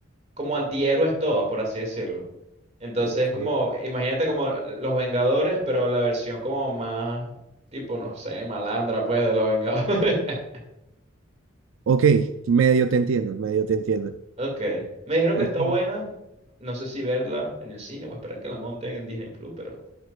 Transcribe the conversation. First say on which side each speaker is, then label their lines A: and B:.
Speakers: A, on the right; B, on the right.
A: como antihéroes todos, por así decirlo. Entonces,
B: Ok,
A: como, imagínate como los Vengadores, pero la versión como más, tipo, no sé, malandra, pues, de los Vengadores. <laughs>
B: ok, medio te entiendo, medio te entiendo.
A: Ok. Me dijeron
B: <laughs>
A: que está buena. No sé si verla en el cine o esperar que la monten en Disney Plus, pero.